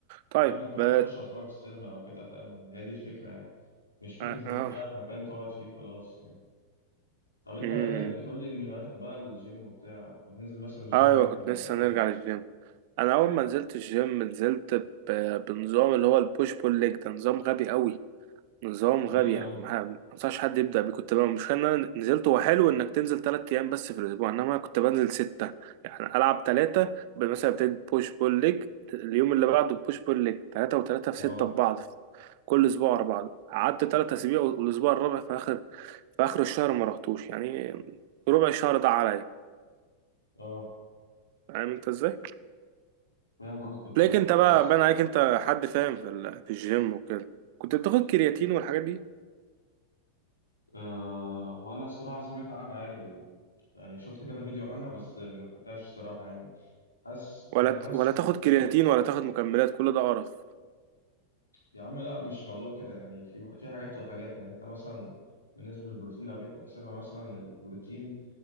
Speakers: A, on the right; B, on the left.
A: طيب
B: فاهم انت ممكن
A: بقى
B: تخش مع اصحابك السينما او كده فاهم هي دي الفكره يعني مش فكره
A: اه
B: ان
A: آه.
B: انت رايح مكان تقعد فيه خلاص يعني طب انت
A: مم.
B: قايل لك بتقول لي ان هواياتك بقى الجيم وبتاع بتنزل مثلا الجيم
A: ايوه
B: امتى
A: كنت
B: ولا
A: لسه هنرجع
B: كده
A: للجيم انا اول ما نزلت الجيم نزلت ب- بنظام اللي هو البوش بول ليج ده نظام غبي قوي نظام غبي
B: ليه يا
A: يعني
B: عم
A: ما ما انصحش حد يبدا بيه كنت بقى مش ان انا نزلت هو حلو انك تنزل ثلاث ايام بس في الاسبوع انما كنت بنزل سته يعني العب ثلاثه مثلا ابتدي بوش بول ليج اليوم اللي بعده بوش بول ليج ثلاثه وثلاثه في
B: اه
A: سته ببعض كل اسبوع ورا بعض قعدت ثلاث اسابيع والاسبوع الرابع في اخر في اخر الشهر ما رحتوش يعني ربع الشهر ده عليا
B: اه
A: فاهم انت ازاي
B: فاهم قصدك
A: لكن
B: اه
A: انت بقى
B: بص
A: باين عليك انت حد فاهم في ال- في الجيم وكده كنت بتاخد كرياتين والحاجات دي
B: آه هو انا الصراحه سمعت عنها يعني و... يعني شفت كده فيديو عنها بس ما خدتهاش الصراحه يعني حاسس
A: ولا
B: انا حاسس
A: ولا تاخد كرياتين ولا تاخد مكملات كل ده قرف
B: يا عم لا مش موضوع كده يعني في في حاجات وحاجات يعني انت مثلا بالنسبه للبروتين لو جيت تحسبها مثلا البروتين